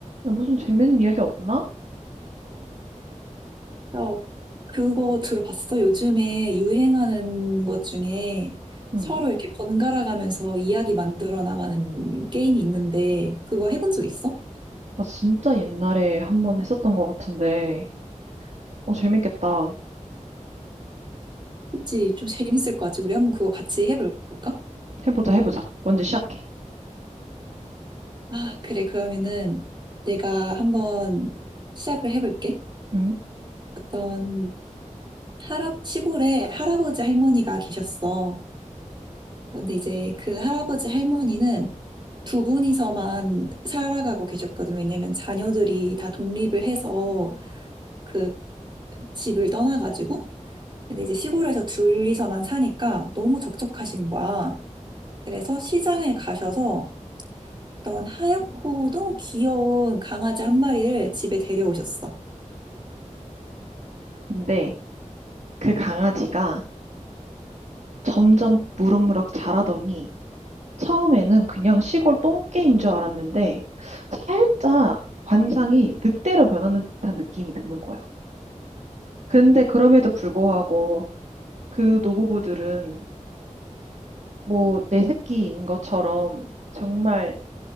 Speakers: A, on the right; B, on the right.
A: 야, 무슨 재밌는 이야기 없나?
B: 야, 그거 들어봤어? 요즘에 유행하는 것 중에
A: 응.
B: 서로 이렇게 번갈아 가면서 이야기 만들어 나가는 게임이 있는데 그거 해본 적 있어?
A: 나 진짜 옛날에 한번 했었던 것 같은데. 어, 재밌겠다.
B: 그치? 좀 재밌을 것 같지? 우리 한번 그거 같이 해볼까?
A: 해보자, 해보자. 먼저 시작해.
B: 아, 그래. 그러면은 내가 한번 시작을 해볼게.
A: 응?
B: 어떤 할아, 시골에 할아버지 할머니가 계셨어. 근데 이제 그 할아버지 할머니는 두 분이서만 살아가고 계셨거든. 왜냐면 자녀들이 다 독립을 해서 그 집을 떠나가지고. 근데 이제 시골에서 둘이서만 사니까 너무 적적하신 거야. 그래서 시장에 가셔서 어떤 하얗고 너무 귀여운 강아지 한 마리를 집에 데려오셨어.
A: 근데 그 강아지가 점점 무럭무럭 자라더니 처음에는 그냥 시골 똥개인 줄 알았는데 살짝 관상이 늑대로 변하는 듯한 느낌이 드는 거야. 근데 그럼에도 불구하고 그 노부부들은 뭐 내 새끼인 것처럼 정말